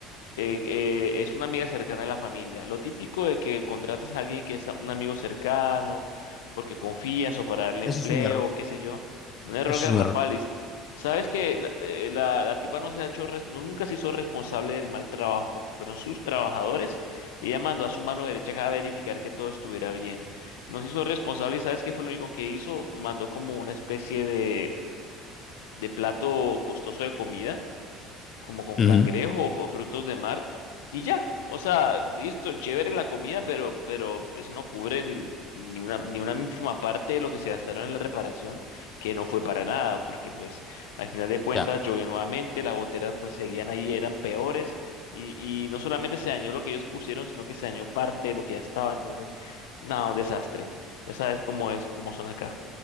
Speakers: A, on the left; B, on the left.
A: eh, eh, es una amiga cercana de la familia. Lo típico de que contratas a alguien que es a- un amigo cercano, porque confías o para darle
B: Eso
A: empleo,
B: es un error.
A: qué sé yo. Un error
B: Eso
A: garrafal.
B: es un error.
A: Y s- sabes que la, eh, la- la tipa no se ha hecho, res- no- nunca se hizo responsable del mal trabajo, porque fueron sus trabajadores y ella mandó a su mano derecha a verificar que todo estuviera bien. No se hizo responsable y sabes qué fue lo único que hizo, mandó como una especie de, de plato costoso de comida como con
B: Ujú,
A: cangrejo o, o frutos de mar y ya. O sea, listo, chévere la comida, pero, pero eso no cubre ni, ni una, ni una mínima parte de lo que se gastaron en la reparación, que no fue para nada, porque pues al final de cuentas
B: Ya,
A: llovió nuevamente, las goteras pues seguían ahí, eran peores, y, y no solamente se dañó lo que ellos pusieron, sino que se dañó parte de lo que ya estaba. Entonces, no, un desastre. Ya sabes cómo es, cómo son acá.